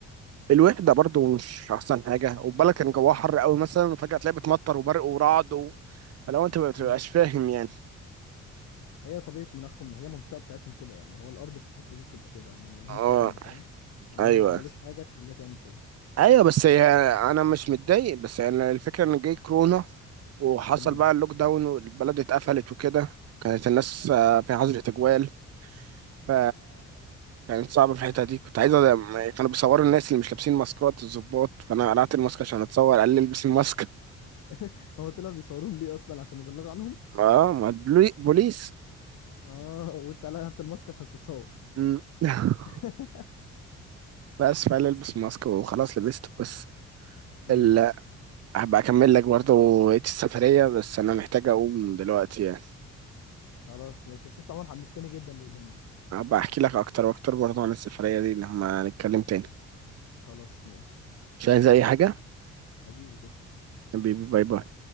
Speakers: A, on the right; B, on the left.
A: الوحدة برضو مش أحسن حاجة وبالك كان جواها حر قوي مثلا وفجأة تلاقي بتمطر وبرق ورعد و... فلو أنت ما بتبقاش
B: مم.
A: فاهم يعني
B: هي طبيعة مناخهم هي منطقة بتاعتهم كده يعني هو الأرض في الحتة دي بتبقى كده هم ما لهمش
A: اه
B: ذنب فاهم يعني
A: أيوه
B: هم ما عملوش حاجة تخليها تعمل كده
A: أيوه بس هي أنا مش متضايق بس يعني الفكرة إن جاي كورونا وحصل
B: امم
A: بقى اللوك داون والبلد اتقفلت وكده كانت الناس
B: ايوه
A: آه، في حظر تجوال ف كانت صعبة في الحتة دي كنت عايز أ- كانوا بيصوروا الناس اللي مش لابسين ماسكات الضباط فأنا قلعت الماسك عشان أتصور قال لي البس الماسك
B: <laughs> هو طلع بيصوروهم ليه أصلا عشان يبلغوا عنهم
A: اه ما البلي- بوليس
B: اه وانت قلعت الماسك عشان تتصور
A: مم. <laughs>
B: <laughs>
A: بس فعلا البس ماسك وخلاص لبسته بس
B: امم
A: ال... هبقى اكمل لك برضه بقية السفرية بس انا محتاج اقوم دلوقتي يعني
B: خلاص ماشي بس انت عموما حمستني جدا للهند
A: هبقى احكي لك اكتر واكتر برضه عن السفرية دي لما نتكلم تاني
B: خلاص ماشي
A: مش عايز اي حاجة
B: حبيبي تسلم
A: حبيبي باي باي